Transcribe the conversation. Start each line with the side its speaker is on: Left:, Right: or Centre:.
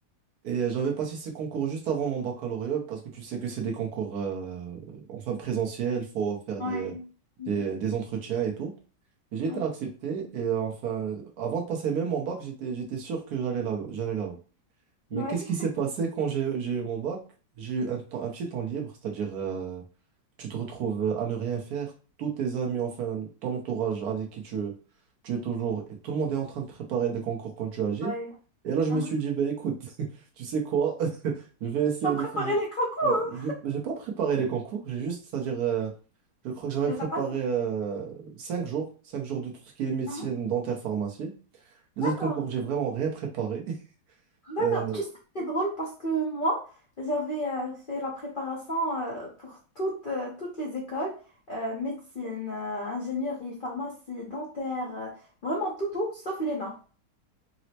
Right: Et j'avais passé ces concours juste avant mon baccalauréat parce que tu sais que c'est des concours euh, enfin présentiels, faut faire
Left: Ouais.
Right: des,
Left: Mhm.
Right: des, des entretiens et tout. Et J'ai été
Left: Oui.
Right: accepté et euh, enfin, avant de passer même mon bac, j'étais, j'étais sûr que j'allais là, j'allais là-bas. Mais
Left: Ouais.
Right: qu'est-ce qui
Left: <laughs>
Right: s'est passé quand j'ai j'ai eu mon bac? J'ai eu un temps- un petit temps libre, c'est-à-dire euh, tu te retrouves euh, à ne rien faire, tous tes amis, enfin ton entourage avec qui tu, tu es toujours, et tout le monde est en train de préparer des concours quand tu agis.
Left: Ouais.
Right: Et là, je
Left: Mhm.
Right: me suis dit, bah, écoute, <laughs> tu sais quoi, <laughs> je vais essayer
Left: Tu as préparé
Right: de faire...
Left: les concours,
Right: Ouais, j'ai j'ai pas préparé les concours, j'ai juste, c'est-à-dire, euh, je crois que j'avais
Left: tu
Right: préparé
Left: les as passés.
Right: euh, cinq jours, cinq jours de tout ce qui est médecine,
Left: Mhm.
Right: dentaire, pharmacie. Les
Left: D'accord.
Right: autres concours, j'ai vraiment rien préparé. <laughs>
Left: D'accord.
Right: Euh,
Left: Tu sais, c'est drôle parce que moi, j'avais euh, fait la préparation euh, pour toutes, euh, toutes les écoles, euh, médecine, euh, ingénierie, pharmacie, dentaire, euh, vraiment tout, tout, sauf l'ENA.